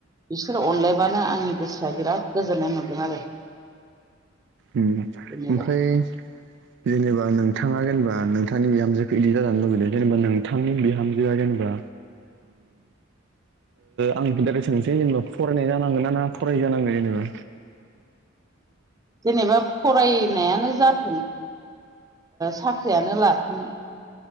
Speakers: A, on the right; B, on the right.
A: बिसोर अनलायबानो आंनि गोसोआ बिराद गोजोननाय मोनगोन आरो
B: ओम
A: जेनेबा
B: ओमफ्राय जेनेबा नोंथाङा जेनेबा नोंथांनि बिहामजोखौ इदि जानो लुुबैदों जेनेबा नोंथांनि बिहामजोआ जेनेबा आंडेट सोंसै जेनेबा फरायनाय जानांगोन ना <unintelligible> ना फरायि जानांगोन जेनेबा
A: जेनेबा फरायनायानो जाथों। साख्रियानो लाथों